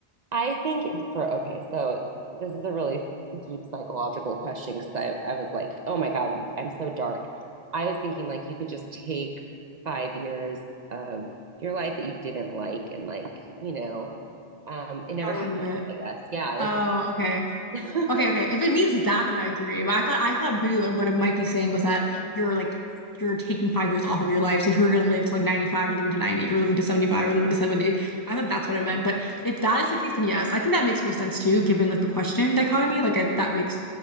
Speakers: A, on the right; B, on the left.
A: I think for okay, so this is a really deep psychological question because I, I was like, oh my God, I'm so dark. I was thinking like you could just take five years of your life that you didn't like and like, you know, um, it never
B: I'll
A: happened,
B: remove it.
A: I guess. Yeah, like
B: Oh, okay.
A: it,
B: Okay, okay.
A: <laughs>
B: If it means that, then I agree. But I thought I thought maybe what what it might be saying was that you're like you're taking five years off of your life. So if you were gonna live to like 95, you're living to 90. If you're living to 75, you're living to 70. I thought that's what it meant. But if that is the case, then yes, I think that makes more sense too, given like the question dichotomy. Like I, that makes